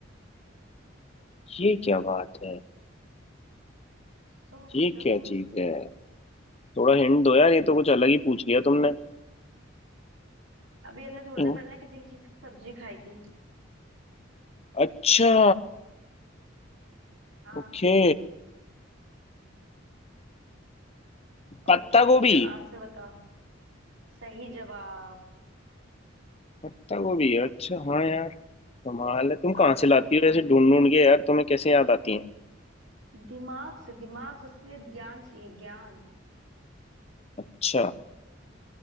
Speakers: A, on the left (about 30°); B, on the right (about 80°).
A: ये क्या बात है
B: सोचो
A: ये क्या चीज है थोड़ा हिंट दो यार ये तो कुछ अलग ही पूछ लिया तुमने
B: अभी हमने थोड़ी
A: हम्म,
B: देर पहले ना किसी की चीज की सब्जी खाई थी
A: अच्छा
B: हाँ
A: ओके पत्ता
B: ओके नहीं
A: गोभी
B: आंसर बताओ सही जवाब
A: पत्ता गोभी अच्छा हाँ यार कमाल है तुम
B: अब
A: कहाँ से
B: तुम
A: लाती
B: पूछो
A: हो ऐसे ढूंढ ढूंढ के यार तुम्हें कैसे याद आती है
B: दिमाग से दिमाग से उसके लिए ज्ञान चाहिए ज्ञान
A: अच्छा